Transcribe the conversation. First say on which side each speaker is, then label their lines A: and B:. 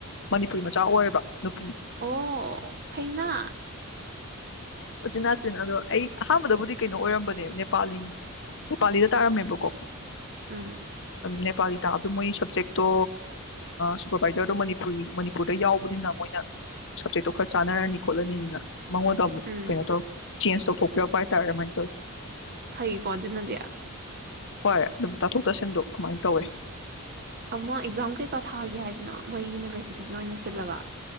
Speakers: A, on the left; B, on the right.
A: ꯃꯅꯤꯄꯨꯔꯤ ꯃꯆꯥ ꯑꯣꯏꯌꯦꯕ ꯅꯨꯄꯤꯅꯤ
B: ꯑꯣ ꯐꯩꯅꯥ
A: ꯎꯆꯆꯤꯟꯅꯥꯆꯤꯟ ꯑꯗꯣ ꯑꯩ ꯑꯍꯥꯟꯕꯗꯕꯨꯗꯤ ꯀꯩꯅꯣ ꯑꯣꯏꯔꯝꯕꯅꯦ ꯅꯦꯄꯥꯂꯤ ꯅꯦꯄꯥꯂꯤꯗ ꯇꯥꯔꯝꯅꯦꯕꯀꯣ
B: ꯎꯝ
A: ꯅꯦꯄꯥꯂꯤ ꯇꯥꯕꯗ ꯃꯣꯏ ꯁꯞꯖꯦꯛꯇꯣ ꯁꯨꯄꯔꯕꯥꯏꯖꯔꯗꯣ ꯃꯅꯤꯄꯨꯔꯤ ꯃꯅꯤꯄꯨꯔꯗ ꯌꯥꯎꯕꯅꯤꯅ ꯃꯣꯏꯅ ꯁꯞꯖꯦꯛꯇꯣ ꯈꯔ ꯆꯥꯟꯅꯔꯅꯤ ꯈꯣꯠꯂꯅꯤꯅ ꯃꯉꯣꯟꯗ ꯑꯃꯨꯛ
B: ꯎꯝ
A: ꯀꯩꯅꯣ ꯇꯧ ꯆꯦꯟꯖ ꯇꯧꯊꯣꯛꯄꯤꯔꯛꯄ ꯍꯥꯏꯇꯥꯔꯦ ꯀꯃꯥꯏꯅ ꯇꯧꯋꯤ
B: ꯐꯩꯀꯣ ꯑꯗꯨꯅꯗꯤ
A: ꯍꯣꯏ ꯑꯗꯨꯝ ꯇꯥꯊꯣꯛ ꯇꯥꯁꯤꯟꯗ ꯑꯗꯨꯃꯥꯏꯅ ꯇꯧꯋꯤ
B: ꯑꯃ ꯑꯦꯛꯖꯥꯝ ꯀꯩꯀꯥ ꯊꯥꯒꯦ ꯍꯥꯏꯗꯅ ꯃꯣꯏ ꯌꯨꯅꯤꯚꯔꯁꯤꯇꯤꯒꯤ ꯑꯣꯏꯅ ꯁꯤꯜꯂꯒ